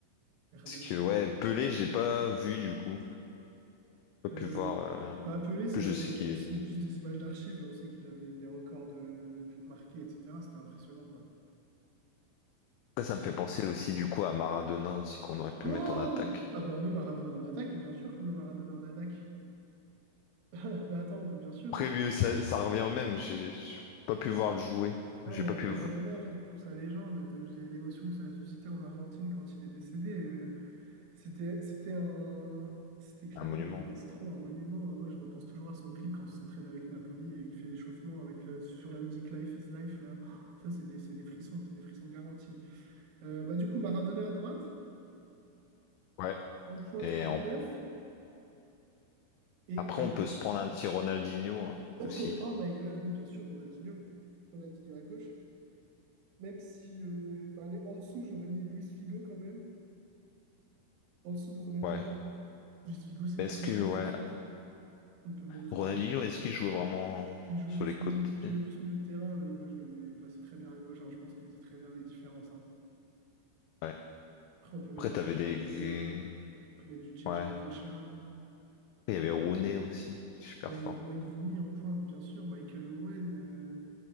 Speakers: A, on the right; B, on the left.
A: R9
B: Parce que ouais, Pelé, j'ai pas vu du coup. J'ai Pas pu
A: Euh,
B: voir. euh, En
A: bah Pelé, c'est
B: plus, je
A: on,
B: sais qu'il
A: c'est
B: est.
A: plus des images d'archives et on sait qu'il avait des records de, de buts marqués, etc. C'était impressionnant, quoi.
B: Après, ça me fait penser aussi du coup à Maradona aussi qu'on aurait pu
A: Oh!
B: mettre en attaque.
A: Ah bah on met Maradona en attaque, et bien sûr qu'on met Maradona en attaque. <laughs> Bah attends, mais bien sûr.
B: Après lui, ça, ça revient au même. J'ai j'ai pas pu voir le jouer.
A: Ah
B: J'ai
A: non,
B: pas
A: mais
B: pu.
A: Maradona,
B: v-
A: rien que pour sa légende, t'as vu les- l'émotion que ça a suscité en Argentine quand il est décédé. euh, c'était, c'était un, c'était clairement
B: Un monument.
A: un maestro, un monument. Euh, Ouais, je repense toujours à son clip quand il s'entraîne avec Napoli et il fait l'échauffement avec la- sur la musique Life is Life, là. Oh, Ça, c'est des, c'est des frissons, c'est des frissons garantis. Euh, bah, du coup, Maradona à droite,
B: Ouais.
A: en pointe
B: Et
A: R9,
B: on-
A: et
B: après,
A: à...
B: on
A: gau-
B: peut se prendre un petit Ronaldinho hein, aussi.
A: Oh my God, oui, bien sûr, Ronaldinho. Ronaldinho à gauche. Même si, euh, bah, allez, en dessous, j'aurais mis Luis Figo quand même, en dessous de Ronaldinho.
B: Ouais.
A: Luis Figo, c'est
B: Mais
A: très,
B: est-ce que
A: très,
B: ouais,
A: très fort. On peut mettre
B: Ronaldinho,
A: un...
B: est-ce qu'il jouait vraiment
A: Il jouait
B: sur
A: plus,
B: les côtés?
A: mi- il jouait plus milieu de terrain, mais moi, je le... il passait très bien à gauche. hein. Je pense qu'il faisait très bien les différences. hein.
B: Ouais.
A: Après, on peut mettre
B: Après, t'avais
A: un George
B: des.
A: Weah, on peut mettre du JJ
B: Ouais.
A: Okocha,
B: Il y avait Rooney aussi, super
A: Wayne,
B: fort.
A: Wayne Rooney en pointe, bien sûr, Michael Owen. euh,